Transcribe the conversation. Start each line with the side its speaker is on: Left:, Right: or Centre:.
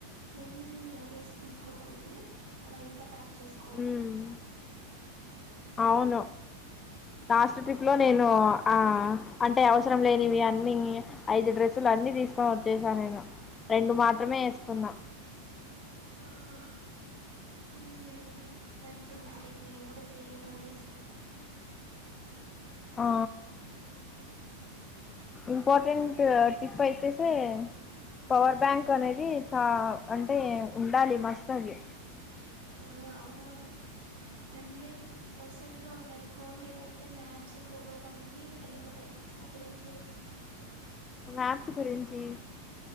Right: హెవీ లగేజ్ తీసుకోకూడదు లైట్గ ప్యాక్ చేసుకోవల్ల.
Left: ఉమ్, అవును. లాస్ట్ ట్రిప్ లో నేను, ఆ అంటే అవసరం లేనివి అన్నీ ఐదు డ్రెస్సులన్నీ తీసుకొని వచ్చేసా నేను. రెండు మాత్రమే ఏసుకున్నా.
Right: ఆహా! మ్మ్ మంచి మిస్టేక్ నేను గుడ సేమ్ అదే చేశ
Left: ఆ ఇంపార్టెంట్ టిప్ అయితే సే పవర్ బ్యాంక్ అనేది, చా అంటే ఉండాలి మస్ట్ తది
Right: మ్మ్ అవు అవును. హండ్రెడ్ పర్సెంట్ గా ఉండాలి. ఫోన్ డెడ్ అయితే మ్యాప్స్, ఫొటోస్ అన్ని ఎళ్ళిపోతయ్ అప్పుడేం చేయలేం.
Left: మ్యాథ్స్ గురించి,